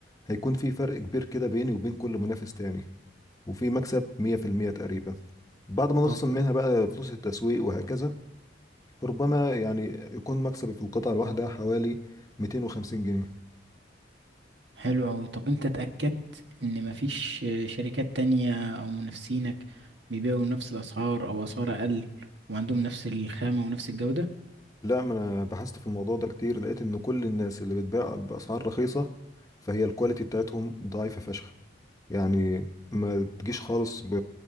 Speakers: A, on the left (about 20°); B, on the right (about 65°).
A: هيكون في فرق كبير كده بيني وبين كل منافس تاني وفي مكسب 100% تقريبا بعد ما
B: طب
A: نخصم منها بقى فلوس التسويق وهكذا فربما يعني يكون مكسبي في القطعة الواحدة حوالي 250 جنيه
B: حلو أوي طب انت اتأكدت ان مفيش آه، شركات تانية او منافسينك بيبيعوا نفس الاسعار او اسعار اقل وعندهم نفس الخامة ونفس الجودة
A: لا ما انا بحثت في الموضوع ده كتير لقيت ان كل الناس اللي بتبيع باسعار رخيصه فهي الكواليتي بتاعتهم ضعيفه فشخ يعني ما تجيش خالص ب...